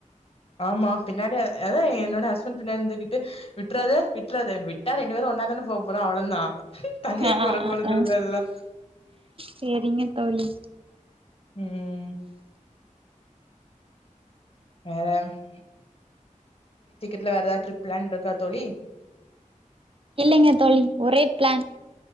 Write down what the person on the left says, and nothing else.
ஆமா பின்னாடி அதாவது என்னோட ஹஸ்பண்ட் பின்னாடி இருந்துகிட்டு விட்டுறாதே விட்டுறாத விட் டா ரெண்டு பேரும் ஒன்னாதான போ போறோம் அவ்ள தான் தனியா
போற
போறதுல்லல்ல
உம் வேற <unintelligible> ல வேற ஏதாவது ட்ரிப் பிளான் இருக்கா தோழி